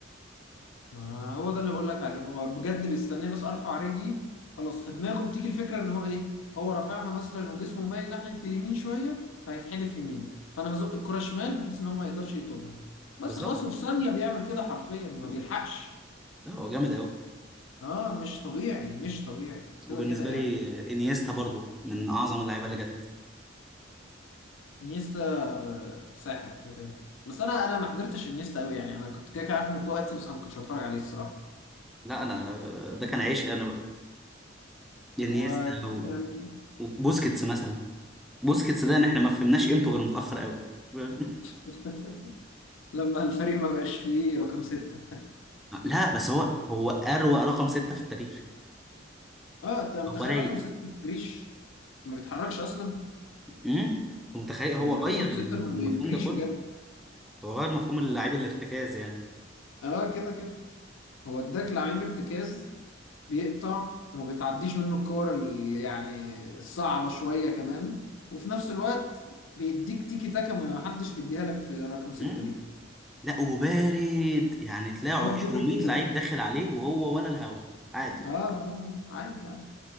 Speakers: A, on the left (about 85°); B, in the centre.
A: ما هو ده اللي بقول لك عليه هو بجد بيستناه بس ارفع رجلي خلاص في دماغه بتيجي الفكره ان هو ايه هو رافعها مثلا وجسمه مايل ناحيه اليمين شويه فهيتحدف يمين فانا هزق الكره شمال بحيث ان هو ما يقدرش يطولها بس
B: بالظبط
A: خلاص وفي ثانيه بيعمل كده حرفيا ما بيلحقش
B: لا هو جامد قوي
A: اه مش طبيعي مش طبيعي كده
B: وبالنسبه
A: كده يعني
B: لي آه، انيستا برضو من اعظم اللعيبه اللي جت
A: انيستا آه، ساحر كده كده بس انا انا ما حضرتش انيستا قوي يعني انا كنت كده كده عارف انه في وقتي بس انا ما كنتش بتفرج عليه الصراحه
B: لا انا ده كان عيش انا بقى انيستا
A: هو كده
B: و-
A: يعني
B: وبوسكيتس مثلا بوسكيتس ده ان احنا ما فهمناش قيمته غير متاخر قوي فاهم؟
A: <laughs> لما الفريق ما بقاش فيه رقم ستة
B: <laughs> لا بس هو هو اروق رقم ستة في التاريخ
A: <laughs> اه انت متخيل
B: هو رايق
A: رقم ستة ما بيجريش ما بيتحركش اصلا
B: امم أنت متخيل هو
A: يعني
B: غير
A: رقم
B: المفهوم
A: ستة ما بيجريش
B: ده كله
A: بجد
B: هو غير مفهوم اللاعب الارتكاز يعني
A: اه كده كده هو اداك لعيب ارتكاز بيقطع وما بتعديش منه الكور اللي يعني الصعبة شوية كمان وفي نفس الوقت بيديك تيكي تاكا ما حدش بيديها لك في رقم ستة
B: امم
A: دي
B: لا وبارد يعني تلاقي
A: اه كده كده
B: 200 لعيب داخل عليه وهو ولا الهوا عادي
A: اه آه، آه، عادي عادي